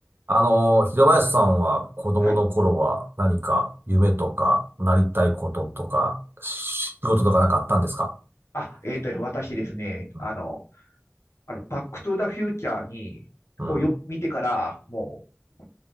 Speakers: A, on the right; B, on the left.
A: あの、平林さんは子供の頃は何か夢とかなりたいこととか仕事とか何かあったんですか
B: はい。あ、えっと、私ですね、
A: うん。
B: あの、あの、バックトゥーザフューチャーに、
A: うん
B: をよ、見てから、もう、